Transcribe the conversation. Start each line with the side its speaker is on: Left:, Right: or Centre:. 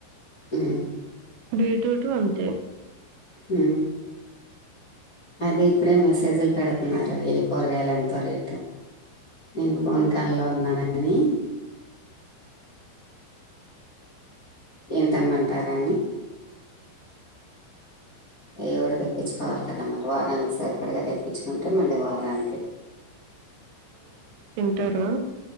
Left: ఉం
Right: బీట్రూటు అంతే
Left: ఉమ్మ్ అది ఇప్పుడే మెసేజీలు పెడుతున్నారు ఏ కూరగాయలు ఎంతో రేటు నేను
Right: అదేలే
Left: ఫోన్ కాల్లో ఉన్నాను అని ఏంతేమ్మంటారా అని ఏదోఓకటి తెప్పించుకోవాలి కదా మరి వారానికి సరిపడిగా తెప్పించుకుంటే మళ్ళీ వారానికి
Right: తరా